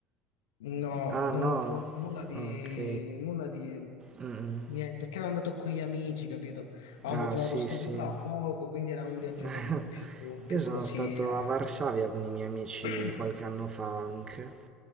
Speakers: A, on the left; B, on the right.
A: No,
B: Ah,
A: non
B: no?
A: ho provato nulla di...
B: Ok.
A: nulla di...
B: Mm, mm.
A: niente, perché ero andato con gli amici, capito? Avevamo
B: Ah,
A: trovato
B: sì,
A: sto
B: sì.
A: volo a poco, quindi era un viaggio,
B: <laughs>
A: capito, più, più
B: Io sono
A: così.
B: stato
A: eh.
B: a Varsavia con i miei amici
A: <clears throat>
B: qualche anno fa anche.